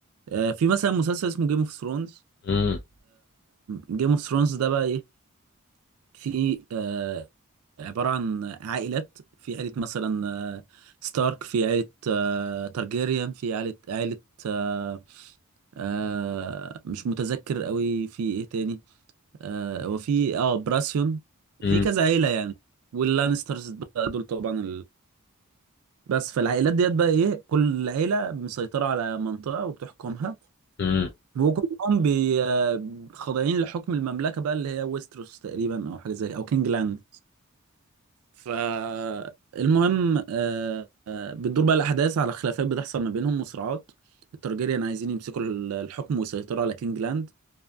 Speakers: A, on the right; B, on the left.
A: آه في مثلا مسلسل اسمه جيم اوف ثرونز
B: امم
A: جيم اوف ثرونز ده بقى ايه في آه عبارة عن عائلات في عائلة مثلا آه ستارك في عائلة آه تارجيريان في عائلة عائلة آه آه مش متذكر قوي في ايه تاني آه وفي اه براسيون
B: امم
A: في كذا عيلة يعني واللانسترز بقى دول طبعا بس فالعائلات ديت بقى ايه كل عيلة مسيطرة على منطقة وبتحكمها
B: امم
A: وكلهم بي آه، خاضعين لحكم المملكة بقى اللي هي ويستروس تقريبا او حاجة زي او كينج لاند فالمهم آه، آه، بتدور بقى الأحداث على خلافات بتحصل ما بينهم وصراعات التارجيريان عايزين يمسكوا ال- الحكم ويسيطروا على كينج لاند